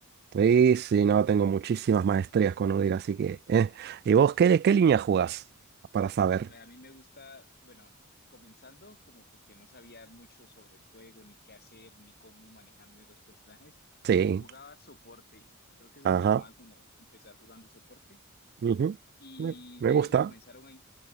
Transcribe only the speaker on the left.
eh, A mí me gusta, bueno, comenzando como porque no sabía mucho sobre el juego, ni qué hacer, ni cómo manejarme los personajes,
jugaba soporte. Creo que es
normal como empezar jugando soporte.
Y
de
ahí me comenzaron a, in-